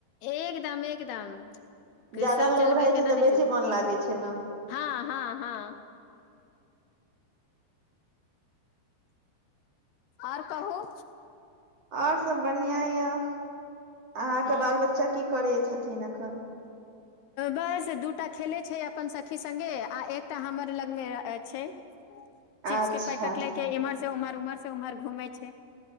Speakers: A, on the left (about 75°); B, on the right (about 40°).
A: एकदम एकदम
B: ज्यादा
A: सब
B: लोग
A: चलबै
B: रहै
A: केना
B: छै तऽ
A: नहि
B: बेसी
A: चलबै
B: मोन लागै छै ने
A: हँ हँ हँ आओर कहू
B: आओर सब बढ़ियाँ या अहाँके
A: एँ
B: बाल बच्चा की करै छथिन एखन
A: बस दूटा खेलै छै अपन सखी सङ्गे आ एकटा हमर लगमे छै चिप्स
B: अच्छा
A: के पैकेट ले के इमर से उमर उमर से उमहर घुमै छी